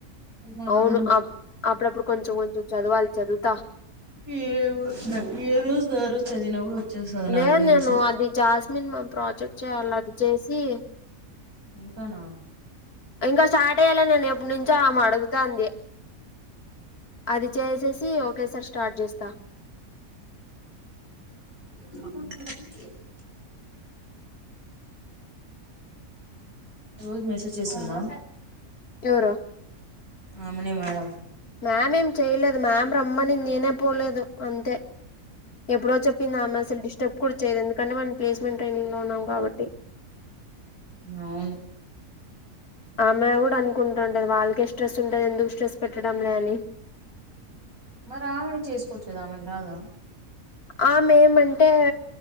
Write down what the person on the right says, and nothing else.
మార్నాడు
ఏ ఏ రోజు ఆ రోజది చదివిన కూడా వచ్చేస్తది
నాకు తెలిసి
ఇంకా నా
<inaudible> రోజు మెసేజ్ చేస్తుందా
ఆమని మేడం
అవును
మరి ఆమెను చేసుకోవచ్చు కదా ఆమెకి రాదా